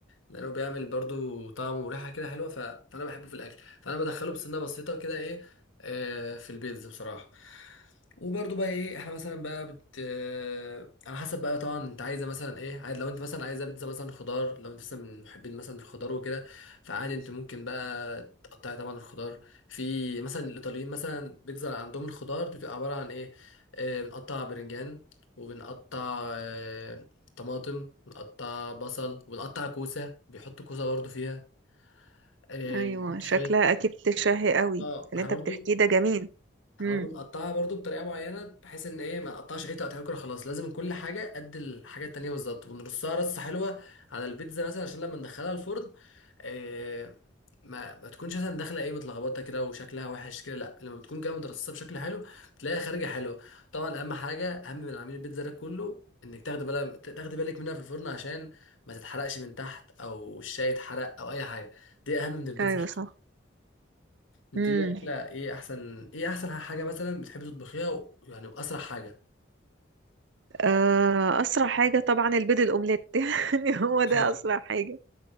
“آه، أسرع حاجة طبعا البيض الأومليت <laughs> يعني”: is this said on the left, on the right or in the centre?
Right